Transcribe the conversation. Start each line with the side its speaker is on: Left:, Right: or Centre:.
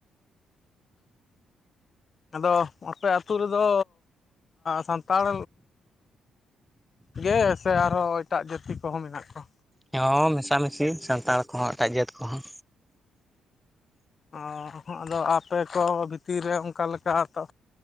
Left: ᱟᱫᱚ ᱟᱯᱮ ᱟᱹᱛᱩ ᱨᱮᱫᱚ ᱥᱟᱱᱛᱟᱲ ᱜᱮ ᱥᱮ ᱟᱨᱦᱚᱸ ᱮᱴᱟᱜ ᱡᱟᱹᱛᱤ ᱠᱚᱦᱚᱸ ᱢᱮᱱᱟᱜ ᱠᱚᱣᱟ
Centre: ᱦᱮ ᱢᱮᱥᱟᱢᱤᱥᱤ ᱥᱟᱱᱛᱟᱲ ᱠᱚᱦᱚᱸ ᱮᱴᱟᱜ ᱡᱟᱹᱛ ᱠᱚᱦᱚᱸ
Left: ᱚ ᱟᱫᱚ ᱟᱯᱮ ᱠᱚ ᱵᱷᱤᱛᱤᱨ ᱨᱮ ᱚᱱᱠᱟ ᱞᱮᱠᱟᱛᱚ